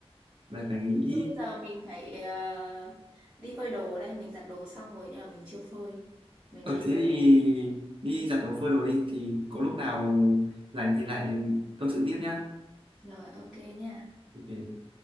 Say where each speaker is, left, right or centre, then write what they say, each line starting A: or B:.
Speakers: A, on the right; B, in the centre.
A: là phải nghĩ
B: Thôi bây giờ mình phải ờ, đi phơi đồ đây mình giặt đồ xong rồi nhưng mà mình chưa phơi mình
A: Ừ,
B: phải đi
A: thế
B: phơi
A: thì
B: đồ
A: đi giặt đồ phơi đồ đi thì có lúc nào rảnh thì lại tâm sự tiếp nhá.
B: rồi ok nha
A: Ok.